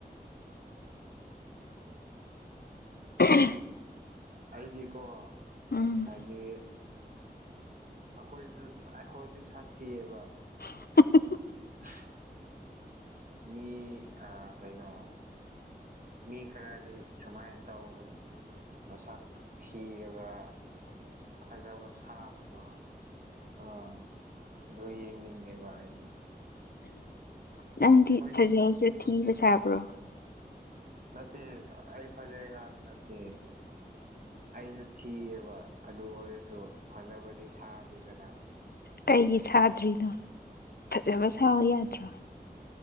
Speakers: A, on the left (about 70°); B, on the right (about 55°).
A: <unintelligible>
B: ꯑꯩꯗꯤꯀꯣ
A: ꯎꯝ
B: ꯍꯥꯏꯗꯤ ꯑꯈꯣꯏꯖꯨ ꯑꯩꯈꯣꯏꯁꯨ ꯁꯛ ꯊꯤꯑꯦꯕ
A: <unintelligible>
B: <unintelligible> ꯃꯤ ꯑꯥ ꯀꯩꯅꯣ ꯃꯤ ꯈꯔꯗꯤ ꯁꯨꯃꯥꯏꯟ ꯇꯧꯕꯅꯤ ꯃꯁꯛ ꯊꯤꯔꯒ ꯐꯖꯕ ꯁꯥꯕꯗꯣ ꯑꯥ ꯑꯗꯨ ꯌꯦꯡꯅꯤꯡꯗꯦꯕ ꯑꯩꯗꯤ
A: ꯅꯪꯗꯤ
B: ꯑꯩꯈꯣꯏꯁꯤ
A: ꯐꯖꯔꯁꯨ ꯊꯤꯕ ꯁꯥꯕ꯭ꯔꯣ
B: ꯅꯠꯇꯦ ꯑꯩ ꯐꯖꯩ ꯍꯥꯏꯕ ꯅꯠꯇꯦ ꯑꯩꯖꯨ ꯊꯤꯌꯦꯕ ꯑꯗꯨ ꯑꯣꯏꯔꯖꯨ ꯐꯖꯕꯗꯤ ꯁꯥꯗꯦꯗꯅ
A: ꯀꯩꯒꯤ ꯁꯥꯗ꯭ꯔꯤꯅꯣ ꯐꯖꯕ ꯁꯥꯎ ꯌꯥꯗ꯭ꯔꯣ